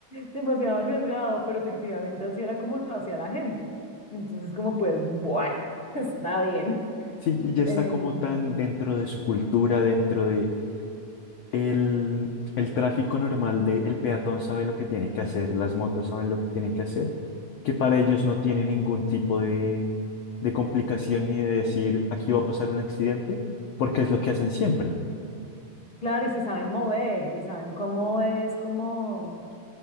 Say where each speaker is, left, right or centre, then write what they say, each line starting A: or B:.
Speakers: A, on the left (about 35°); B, on the left (about 85°).
A: demasiado arriesgado, pero efectivamente así era como lo hacía la gente. Entonces, como pues, bueno, <laughs> está bien.
B: Sí, ya está
A: Eh,
B: como tan dentro de su cultura, dentro de El, el tráfico normal de el peatón sabe lo que tiene que hacer, las motos saben lo que tienen que hacer, que para ellos no tiene ningún tipo de, de complicación ni de decir aquí va a pasar un accidente, porque es lo que hacen siempre.
A: claro, y se saben mover y saben cómo es, cómo,